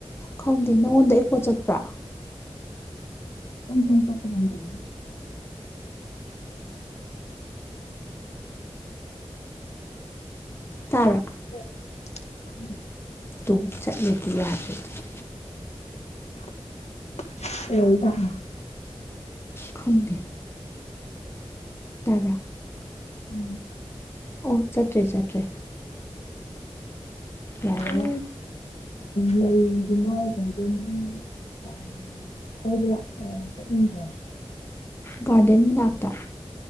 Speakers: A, on the left (about 20°); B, on the left (about 85°).
A: ꯈꯪꯗꯦ ꯅꯉꯣꯟꯗ ꯀꯣꯆꯠꯄ꯭ꯔꯥ
B: <unintelligible>
A: ꯇꯥꯕ꯭ꯔꯥ
B: <unintelligible>
A: ꯇꯨꯡ ꯆꯠꯂꯦꯗꯤ ꯌꯥꯗꯦ ꯑꯗꯨ
B: <unintelligible>
A: ꯈꯪꯗꯦ ꯇꯥꯕ꯭ꯔ
B: <unintelligible>
A: ꯑꯣ ꯆꯠꯇ꯭ꯔꯦ ꯆꯠꯇ꯭ꯔꯦ ꯌꯥꯔꯦ
B: ꯁꯨꯝ
A: ꯌꯥꯔꯦ
B: ꯂꯩꯒꯨꯝꯕ ꯒꯥꯔꯗꯦꯟꯒꯤ ꯑ ꯀꯣꯏꯕꯂꯥꯛ ꯑ ꯆꯠꯅꯤꯡꯗ꯭ꯔꫭ
A: ꯒꯥꯔꯗꯦꯟ ꯃꯅꯥꯛꯇ